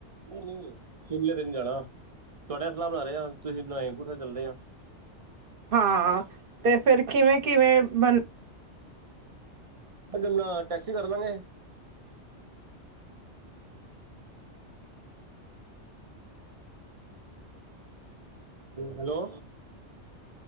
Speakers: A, on the right; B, on the right.
A: ਨਹੀਂ-ਨਹੀਂ ਸ਼ਿਮਲੇ ਤੇ ਨੀ ਜਾਣਾ ਤਾਡੇ ਸਲਾਹ ਬਣਾ ਰਹੇ ਤੁਸੀਂ ਹੇਮਕੁੰਟ ਸਾਬ ਚੱਲਦੇ ਆ
B: ਹਾਂ, ਤੇ ਫੇਰ ਕਿਵੇ - ਕਿਵੇ ਬ-
A: ਜ ਨਾਲ ਟੈਕਸੀ ਕਰ ਦਾਂਗੇ ਹੈਲੋ। ਹੈਲੋ